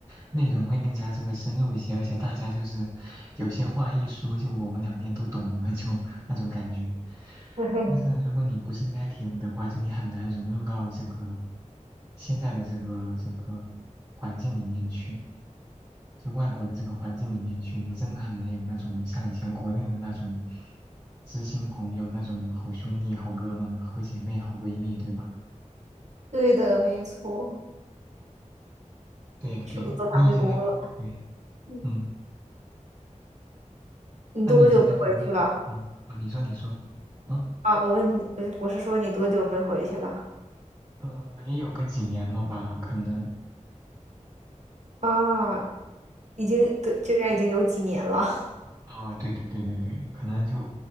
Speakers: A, on the right; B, on the right.
A: 内容会更加这个深入一些，而且大家就是有些话一说，就我们两边都懂了，就那种感觉。
B: 对，
A: 但是如果你不是 native 的话，就你很难融入到这个现在的这个这个环境里面去，就外国的这个环境里面去，你真的很难有那种像以前国内的那种知心朋友、那种好兄弟、好哥们、好姐妹、好闺蜜，对吧？
B: 对的，没错。
A: 对呀，
B: 是不是都想回国了？
A: 对呀，你以前在国，对，
B: 嗯
A: 嗯，
B: 你多久没回去了？
A: 那你以前在国内，嗯，啊，你说，你说，啊，
B: 啊，我问你，我是我是说你多久没回去了？
A: 呃，也有个几年了吧，可能，
B: 啊，已经，对，这边已经有几年了。<laughs>
A: 啊，对对对对对，可能就